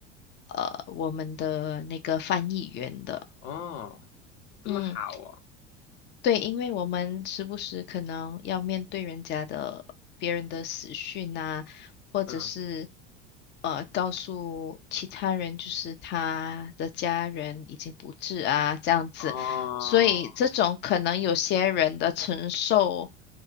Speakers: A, on the left (about 30°); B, on the left (about 50°).
A: 呃我们的那个翻译员的。
B: 哦，这么好哦，
A: 嗯，对，因为我们时不时可能要面对人家的别人的死讯啊，或者是
B: 嗯，
A: 呃告诉其他人，就是他的家人已经不治啊，这样子，
B: 哦，
A: 所以这种可能有些人的承受，